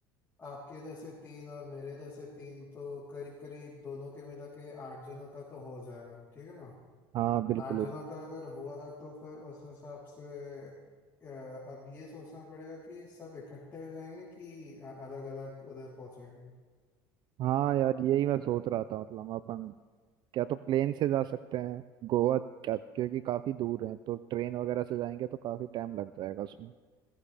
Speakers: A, on the left; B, on the right.
A: आपके इधर से तीन और मेरे इधर से तीन तो करीब करीब दोनों के मिला के आठ जनों का तो हो जाएगा ठीक है ना
B: हाँ बिल्कुल
A: आठ
B: बिल्कुल।
A: जनों का अगर हुआ तो फिर उस हिसाब से अ, अब ये सोचना पड़ेगा कि सब इकट्ठे जाएंगे कि अलग अलग उधर पहुंचेंगे
B: हाँ यार यही मैं सोच रहा था मतलब अपन क्या तो प्लेन से जा सकते हैं गोवा क्या क्योंकि काफी दूर है तो ट्रेन वगैरह से जाएंगे तो काफी टाइम लग जाएगा उसमें